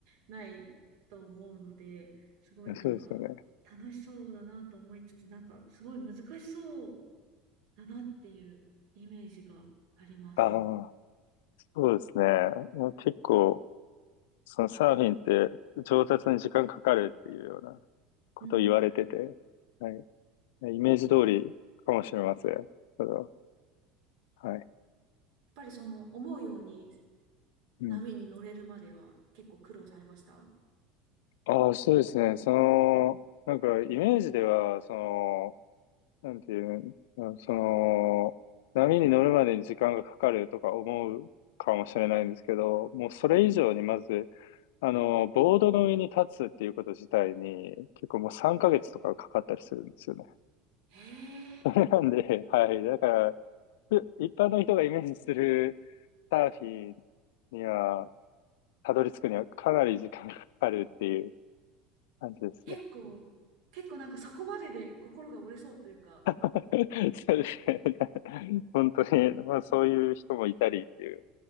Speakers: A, on the right; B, on the left.
A: ないと思うので、すごいなんか楽しそうだなと思いつつ、
B: まあそうですよね。
A: なんかすごい難しそうだなっていうイメージがあります。
B: ああ、そうですね。まあ、結構、そのサーフィンって上達に時間かかるっていうようなことを言われてて、
A: うんうんうん。や
B: はい。イメージ通りかもしれません。それは。はい。
A: っぱりその思うように
B: うん。
A: 波に乗れるまでは結構苦労されました
B: ああ、そうですね。その、なんか、イメージでは、その、なんていうの、その、波に乗るまでに時間がかかるとか思うかもしれないんですけど、もうそれ以上にまず、
A: うん。
B: あの、ボードの上に立つっていうこと自体に、結構もう3ヶ月とかかかったりするんですよね。
A: へ
B: <laughs>
A: え。
B: それなんで、はい。だから、ふ一般の人がイメージするサーフィンには、たどり着くにはかなり時間がかかるっていう感じですね。
A: 結構、結構なんかそこまでで心が折れそうというか、
B: <laughs> そうですね。本当に、まあそういう人もいたりっていう。